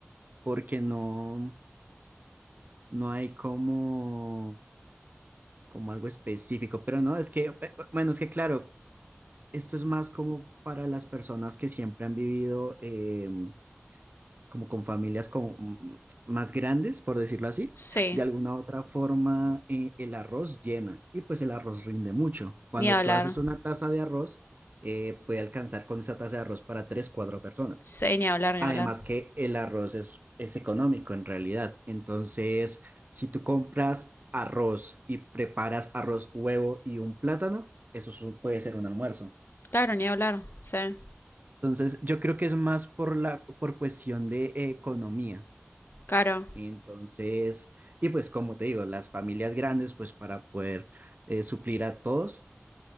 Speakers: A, on the right; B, on the left.
A: porque no, no hay como, como algo específico, pero no, es que, eh, bueno, es que claro, esto es más como para las personas que siempre han vivido em, como con familias como mm, más grandes, por decirlo así,
B: sí,
A: de alguna u otra forma eh, el arroz llena y pues el arroz rinde mucho. Cuando
B: ni hablar.
A: tú haces una taza de arroz, eh, puede alcanzar con esa taza de arroz para tres, cuatro personas.
B: Sí, ni hablar, ni
A: Además
B: hablar.
A: que el arroz es, es económico en realidad. Entonces, si tú compras arroz y preparas arroz, huevo y un plátano, eso es un- puede ser un almuerzo.
B: Claro, ni hablar, sí.
A: Entonces, yo creo que es más por la, por cuestión de economía.
B: Claro,
A: Entonces, y pues como te digo, las familias grandes, pues para poder eh, suplir a todos,